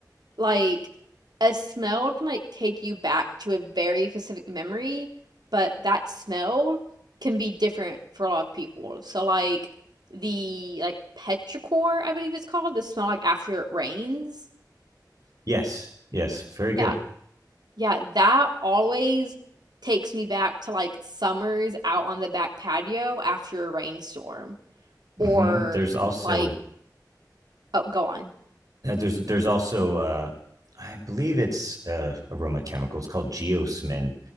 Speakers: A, on the right; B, on the right.
A: like, a smell can like take you back to a very specific memory, but that smell can be different for a lot of people. So, like, the like petrichor, I believe it's called, the smell like after it rains.
B: yes yes very good
A: Yeah, yeah, that always takes me back to like summers out on the back patio after a rainstorm,
B: hmm
A: or
B: there's also
A: like, oh, go on.
B: Uh, there's there's also uh, I believe it's uh, aroma chemical. It's called geosmin.